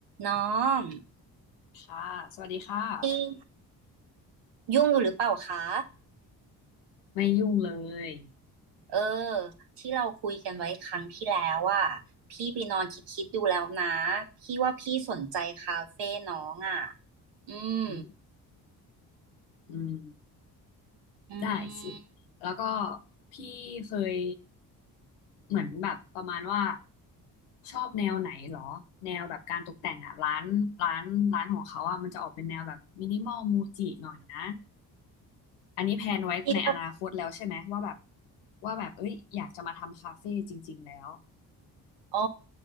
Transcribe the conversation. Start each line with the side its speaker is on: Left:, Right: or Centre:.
Right: น้อง
Left: ค่ะสวัสดีค่ะ
Right: พี่ยุ่งอยู่หรือเปล่าคะ
Left: ไม่ยุ่งเลย
Right: เออที่เราคุยกันไว้ครั้งที่แล้วอ่ะพี่ไปนอนคิดคิดดูแล้วนะพี่ว่าพี่สนใจคาเฟ่น้องอ่ะ อืม
Left: อืมอืม
Right: อื
Left: ได้สิ
Right: ม
Left: แล้วก็พี่เคยเหมือนแบบประมาณว่าชอบแนวไหนเหรอแนวแบบการตกแต่งอ่ะร้านร้านร้านของเขาอ่ะมันจะออกเป็นแนวแบบมินิมอลมูจิหน่อยนะอันนี้แพลนไว้ในอนาคตแล้วใช่ไหมว่าแบบ
Right: พี่
Left: ว่าแบบเอ้ยอยากจะมาทำคาเฟ่จริงๆแล้ว
Right: เออ